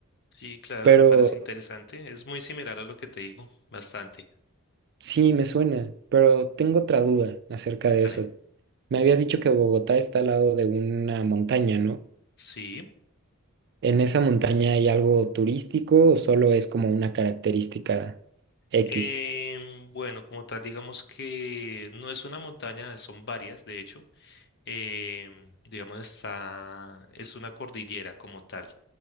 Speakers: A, on the left (about 50°); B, on the right (about 50°).
A: Sí, claro,
B: Pero
A: me parece interesante. Es muy similar a lo que te digo, bastante.
B: Sí, me suena, pero tengo otra duda acerca
A: Cuéntame.
B: de eso. Me habías dicho que Bogotá está al lado de una montaña, ¿no?
A: Sí.
B: ¿En esa montaña hay algo turístico o solo es como una característica X?
A: Em, bueno, como tal, digamos que no es una montaña, son varias, de hecho. Em, digamos, está, es una cordillera como tal.